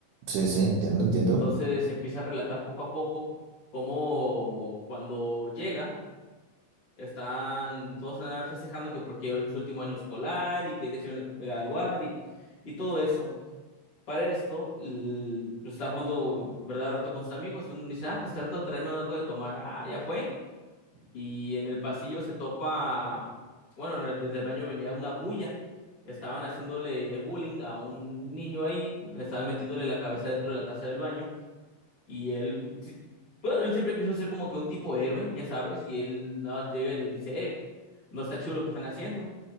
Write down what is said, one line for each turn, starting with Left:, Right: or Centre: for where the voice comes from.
Right: Sí, sí, entiendo, entiendo.
Left: Entonces se empieza a relatar poco a poco cómo cuando llega están todos en la nave festejando que porque es su último año escolar y que ya se iban a graduar y, y todo eso. Para esto, l- pues están jugando verdad o reto con sus amigos y uno dice, ah, pues trato de traerme algo de tomar. Ah, ya fue. Y en el pasillo se topa, bueno, en el- desde el baño venía una bulla. Estaban haciéndole bullying a un niño ahí, estaban metiéndole la cabeza dentro de la taza del baño y él, sí, bueno, él siempre quiso ser como que un tipo héroe, ya sabes, y él nada más llega y les dice, eh, no está chido lo que están haciendo.